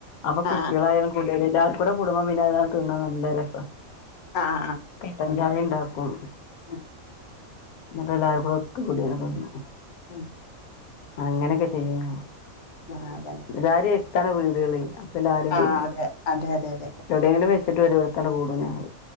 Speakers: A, on the left (about 85°); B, on the left (about 50°).
A: അപ്പൊ കുട്ടികളായാലും
B: ആ
A: കൂടിയാല് എല്ലാർക്കൂടെ കുടുംബ പിന്നെ അതങ്ങ് തീന്നാന് നല്ല രസ
B: അഹ് അഹ് ആഹ്
A: കട്ടൻചായ ഇണ്ടാക്കും
B: ആഹ്
A: ന്നട്ട് എല്ലാരും ഒത്തുകൂടിയാണ്ട് തിന്നും
B: ഉം
A: അങ്ങനെയൊക്കെ ചെയ്യാ
B: ആ അതെ
A: എല്ലാരി എട്ത്താണ് വീടുകള് അപ്പ എല്ലാരും
B: ആ
A: വരും
B: അതെ അതെ അതെ അതെ അതെ
A: എവ്ടെങ്കിലും വെച്ചിട്ട് ഒരോട്താണ്ട് കൂടും ഞങ്ങള്